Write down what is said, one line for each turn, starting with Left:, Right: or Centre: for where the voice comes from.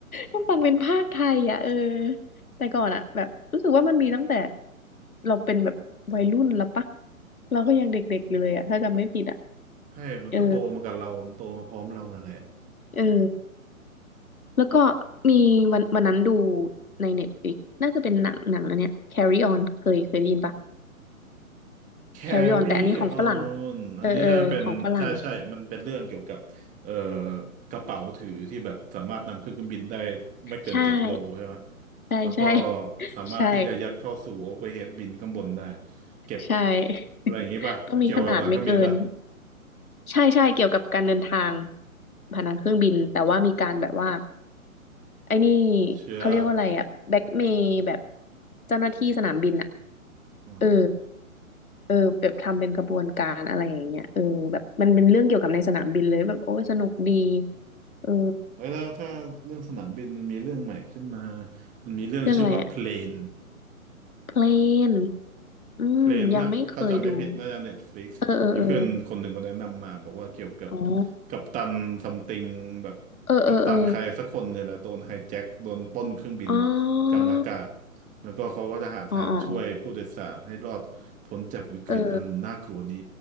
Left: ต้องฟังเป็นภาคไทยอ่ะเออแต่ก่อนอ่ะแบบรู้สึกว่ามันมีตั้งแต่เราเป็นแบบวัยรุ่นแล้วปะเราก็ยังเด็กๆอยู่เลยอ่ะถ้าจำไม่ผิดอ่ะ
Right: ใช่มันก็โตมากับเรา
Left: เออ
Right: มันโตมาพร้อมเรานั่นแหละ
Left: เออแล้วก็มีวันวันนั้นดูในเน็ตฟ i ิกน่าจะเป็นหนังหนังอันเนี้ย Carry On เคยเคยได้ยินปะ
Right: Carry
Left: Carry On แต่อันนี้ของฝรั่ง
Right: on
Left: เออเออของฝรั่ง
Right: อันนี้น่าเป็นใช่ใช่มันเป็นเรื่องเกี่ยวกับเอ่อกระเป๋าถือที่แบบสามารถนำขึ้นเครื่องบินได้
Left: <laughs>
Right: ไม่เกินเจ็ดโลใช่ไหม
Left: ใช่ใช่ใช่
Right: แล้วก็สามารถที่จะยัดเข้าสู่
Left: ใช่
Right: overhead bin ข้างบนได้เก็บ
Left: ใช่ <laughs>
Right: อะไรอย่างนี้ป่ะ
Left: ใช่ต้องมีขนาดไม่เกิน
Right: เกี่ยวกับหลังเครื่องบินป่ะ
Left: ใช่ใช่เกี่ยวกับการเดินทางผ่านทางเครื่องบินแต่ว่ามีการแบบว่าไอ้นี่
Right: เชื้อเหรอ
Left: เขาเรียกว่าอะไรอะแบ็กเมย์แบบเจ้าหน้าที่สนามบินอะ
Right: อ๋อ
Left: เออเออแบบทำเป็นกระบวนการอะไรอย่างเงี้ยเออแบบมันเป็นเรื่องเกี่ยวกับในสนามบินเลยแบบโอ้ยสนุกดีเออ
Right: แล้วถ้าเรื่องสนามบินมันมีเรื่องใหม่ขึ้นมามันมีเรื่องชื่อว่า
Left: เรื่องอะไรอะ
Right: plane
Left: เพลนอืมยังไม่เคยดู
Right: เพลนน่ะถ้าจำไม่ผิดน่าจะเน็ตฟลิกซ์มีเพื่อนคนหนึ่งเขาแนะนำมาบอกว่าเกี่ยวกับ
Left: เออเออเอออ๋อ
Right: กัปตันซัมติงแบบกัปตันใครสักคนเนี่ยแหละโดนไฮแจ็คโดนปล้นเครื่องบิน
Left: เออเออเอออ๋อ
Right: กลางอากาศแล้วก็เขาก็จะหาทางช่วยผู้โดยสารให้รอดพ้นจากวิกฤตอันน่ากลัวนี้
Left: อ๋ออ๋ออ๋อเออ